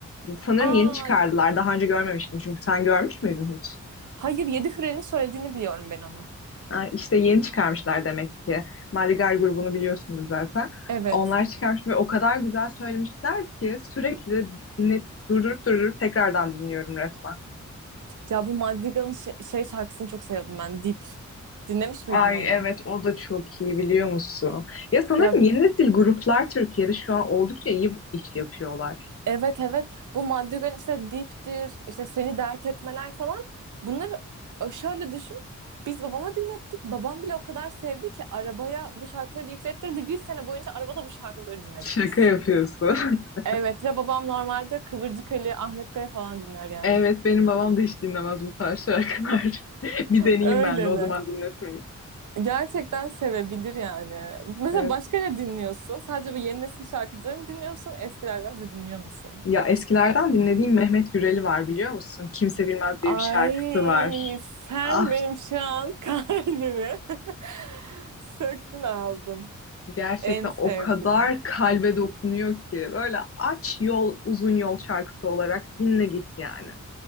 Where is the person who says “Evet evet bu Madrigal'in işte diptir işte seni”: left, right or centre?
Right